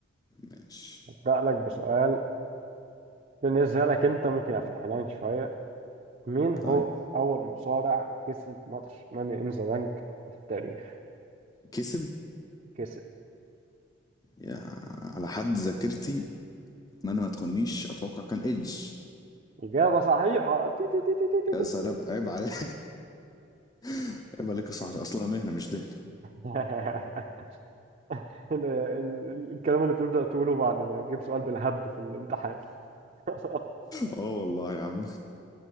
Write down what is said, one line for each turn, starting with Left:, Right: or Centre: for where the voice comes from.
Left: ماشي
Right: ابدا لك بسؤال بالنسبة لك انت ممكن يبقى في الحنين شوية مين هو
Left: طيب
Right: اول مصارع كسب ماتش ماني ان ذا بانك في التاريخ
Left: كسب
Right: كسب
Left: يا على حد ذاكرتي اتمنى ما تخنيش اتوقع كان ايدج
Right: إجابة صحيحة تي تي تي تي تي تي
Left: يا
Right: تي.
Left: سلام عيب عليك <laughs> عيب عليك يا صاحبي اصلها مهنه مش دهنه
Right: <laughs> ال- ال- الكلام اللي بتبدأ تقوله بعد ما تجيب سؤال بالهبد في الامتحان <laughs>
Left: <laughs> اه والله يا عم